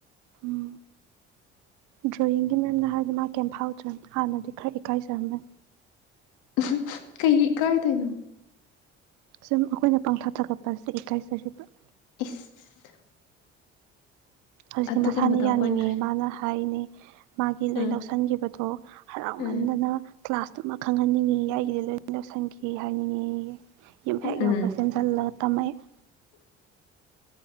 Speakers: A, on the right; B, on the left.
A: ꯎꯝ ꯗ꯭ꯔꯣꯌꯤꯡꯒꯤ ꯃꯔꯝꯗ ꯍꯥꯏꯔꯒ ꯃꯥ ꯀꯩꯐꯥꯎꯖꯝꯃꯦ ꯍꯥꯟꯅꯗꯤ ꯈꯔ ꯏꯀꯥꯏꯖꯔꯝꯃꯦ
B: ꯎꯍꯝ ꯀꯩꯒꯤ ꯏꯀꯥꯌꯗꯣꯏꯅꯣ
A: ꯁꯨꯝ ꯑꯩꯈꯣꯏꯅ ꯄꯥꯡꯊꯥ ꯊꯒꯠꯄꯁꯦ ꯏꯀꯥꯏꯆꯔꯤꯕ
B: ꯏꯁ
A: ꯍꯧꯖꯤꯛꯇꯤ
B: ꯑꯗꯨꯒꯨꯝꯕꯗꯣ
A: ꯃꯁꯥꯅ
B: ꯑꯩꯈꯣꯏꯅ
A: ꯌꯥꯅꯤꯡꯉꯦ ꯃꯥꯅ ꯍꯥꯏꯅꯦ ꯃꯥꯒꯤ ꯂꯣꯏ
B: ꯎꯝ
A: ꯂꯧꯁꯤꯟꯒꯤꯕꯗꯣ ꯍꯔꯥꯎꯃꯟꯗꯅ
B: ꯎꯝ
A: ꯀ꯭ꯂꯥꯁꯇꯨꯃ ꯈꯪꯍꯟꯅꯤꯡꯉꯤꯌꯦ ꯑꯩꯒꯤꯗꯤ ꯂꯣꯏ ꯂꯧꯁꯟꯈꯤ ꯍꯥꯏꯅꯤꯡꯉꯤꯌꯦ ꯌꯨꯝ
B: ꯎꯝ
A: ꯍꯦꯛ ꯌꯧꯕꯒ
B: ꯎꯝ
A: ꯆꯦꯟꯖꯜꯂꯣ ꯇꯃꯩ <inaudible>